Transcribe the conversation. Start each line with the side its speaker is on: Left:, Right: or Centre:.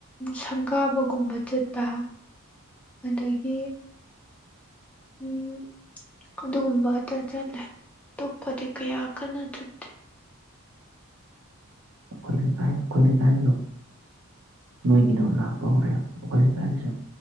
Centre: ꯁꯪꯒꯥꯕꯒꯨꯝꯕ ꯆꯠꯄ ꯑꯗꯒꯤ ꯎꯝ ꯑꯗꯨꯒꯨꯝꯕꯇ ꯆꯠꯂꯦ ꯑꯇꯣꯞꯄꯗꯤ ꯀꯌꯥ ꯀꯟꯅ ꯆꯠꯇꯦ
Right: ꯑꯩꯈꯣꯏ ꯂꯩꯀꯥꯏ ꯑꯩꯈꯣꯏ ꯂꯩꯀꯥꯏꯁꯨ ꯅꯣꯏꯒꯤꯗꯣ ꯂꯥꯛꯄ ꯍꯧꯔꯦꯕ ꯎ ꯀꯂꯤ ꯀꯥꯜꯖ